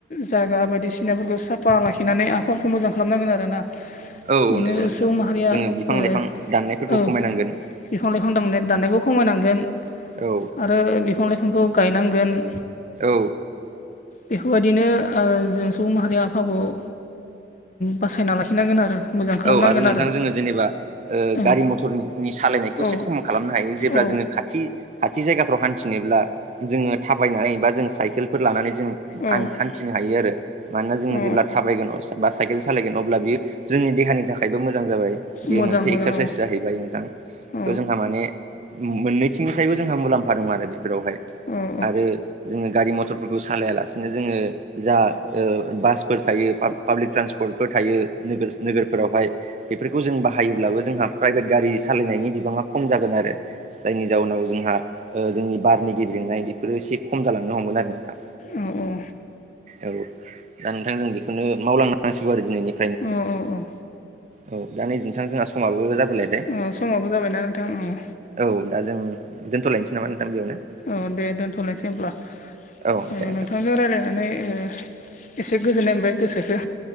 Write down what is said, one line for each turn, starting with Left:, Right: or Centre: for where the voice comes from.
Left: जागा बायदिसिनाफोरखौ साफा लाखिनानै आखाफोरखौ मोजां खालामनांगोन आरो ना बिदिनो
Right: औ औ नंगौ नोंथां
Left: सुबुं माहारिया
Right: जोङो बिफां
Left: ओ
Right: लाइफां दाननायफोरखौ
Left: औ
Right: खमायनांगोन
Left: बिफां लाइफां दा-दांनाय दाननायखौ खमायनांगोन
Right: औ
Left: आरो बिफां लाइफांखौ गायनांगोन
Right: औ
Left: बेफोरबायदिनो ओ जों सुबुं माहारि आफाखौ ओ बासायना लाखिनांगोन आरो मोजां खालामनांगोन
Right: औ आरो नोंथां जोङो जेनेबा ओ
Left: औ
Right: गारि मथरनि सालायनायखौ
Left: औ
Right: एसे खम खालामनो हायो जेब्ला
Left: औ
Right: जोङो खाथि थि खाथि जायगाफ्राव हान्थिनोब्ला जोङो थाबायनानै बा जों साइकेलफोर लानानै जों
Left: औ
Right: हान-हानथि थानो हायो आरो मानोना जोङो
Left: औ
Right: जेब्ला थाबायगोन बा साइकेल सालायगोन अब्ला बियो जोंनि देहानि थाखाय खायबो मोजां जाबाय बेयो
Left: मोजां
Right: मोनसे
Left: मोजां
Right: एक्सारसाइस
Left: औ
Right: जाहैबाय नोंथां
Left: औ
Right: थ' जोंहा माने मो-मोननैथिंनिफ्रायबो जोंहा मुलाम्फा दं आरो बेफोरावहाय
Left: औ
Right: आरो जोङो गारि मथरफोरखौ सालायालासिनो जोङो जा ओ बास फोर थायो पाब्लिक ट्रान्सपर्टफोर थायो नोगो-नोगोरफोरावहाय बेफोरखौ जों बाहायोब्लाबो जोंहा प्राइभेट गारि सालायनायनि बिबाङा खम जागोन आरो जायनि जाउनाव जोंहा ओ जोंनि बारनि गेबेरेंनाय बेफोरो एसे खम जालांनो हमगोन आरो नोंथां
Left: औ औ
Right: औ दा नोंथां जों बेखौनो मावलांनांसिगौ आरो दिनैनि
Left: अ अ
Right: औ दा नै नोंथां जोंहा समाबो जाबोलायबाय
Left: अ समाबो जाबायना नोंथांनि औ
Right: औ दा जों दोनथ'लायनोसै नामा नोंथां बेयावनो
Left: औ दे दोन्थ'लायसै होमब्ला
Right: औ
Left: ओ
Right: दे नोंथां
Left: नोंथांजों रायज्लायनानै ओ एसे गोजोननाय मोनबाय गोसोखो